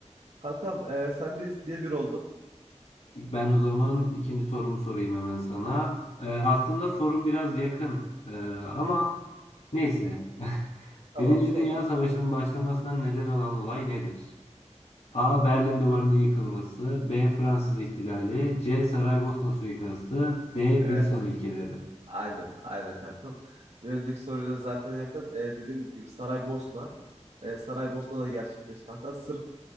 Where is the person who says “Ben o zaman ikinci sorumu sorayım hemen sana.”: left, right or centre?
Left